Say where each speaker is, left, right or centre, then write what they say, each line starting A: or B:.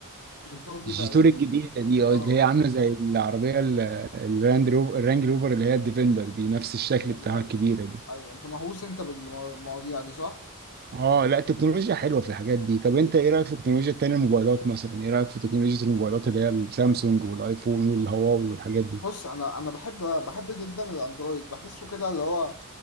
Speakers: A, on the left (about 75°); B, on the right (about 45°).
A: جيتار دي
B: الجيتور
A: تقريبا
B: الجديدة دي اه
A: اه
B: اللي
A: اه
B: هي عاملة زي العربية ال- الراند روفر الرانج روفر اللي هي الديفندر دي نفس الشكل
A: ايوه
B: بتاعها
A: ايوه
B: الكبيرة دي
A: ايوه انت مهووس انت بالمواضيع دي صح؟
B: اه لا التكنولوجيا حلوة في الحاجات دي طب انت ايه رأيك في التكنولوجيا التانية الموبايلات مثلا ايه رأيك في تكنولوجيا الموبايلات اللي هي السامسونج والايفون والهواوي والحاجات دي
A: بص انا انا بحب بحب جدا الاندرويد بحسه كده اللي هو